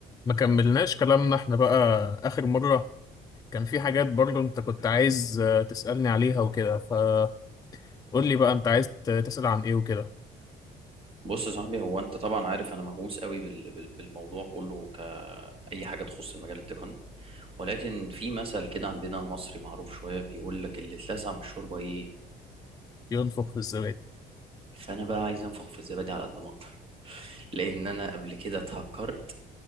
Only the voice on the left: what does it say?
ما كملناش كلامنا احنا بقى آخر مرة كان في حاجات برضو انت كنت عايز آه، تسألني عليها وكده فقول لي بقى انت عايز ت- تسأل عن ايه وكده
ينفخ في الزبادي